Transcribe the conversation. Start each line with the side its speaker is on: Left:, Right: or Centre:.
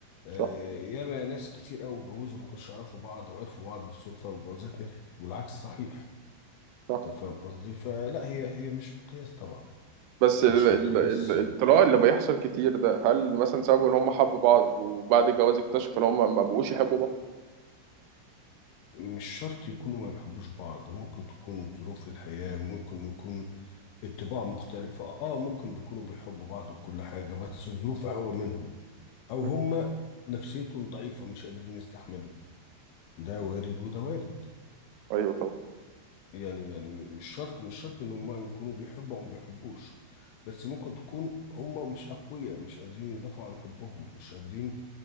Left: آه،
Right: صح
Left: ياما ناس كتير قوي اتجوزوا ما كانوش يعرفوا بعض وعرفوا بعض بالصدفة والجوازات نجحت والعكس صحيح
Right: صح
Left: انت فاهم قصدي فلا هي هي مش مقياس طبعا
Right: بس ال
Left: مش
Right: ال
Left: مقياس
Right: ال الطلاق اللي بيحصل كتير ده هل مثلا سببه ان هم حبوا بعض وبعد الجواز اكتشفوا ان هم ما بقوش يحبوا بعض
Left: مش شرط يكونوا ما بيحبوش بعض ممكن تكون ظروف الحياة ممكن يكون الطباع مختلفة اه ممكن بيكونوا بيحبوا بعض وكل حاجة بس الظروف أقوى منهم أو
Right: مم.
Left: هما نفسيتهم ضعيفة مش قادرين يستحملوا ده وارد وده وارد
Right: ايوه طبعا
Left: يعني يعني مش شرط مش شرط إن هما يكونوا بيحبوا أو ما بيحبوش بس ممكن تكون هما مش أقوياء مش قادرين يدافعوا عن حبهم مش قادرين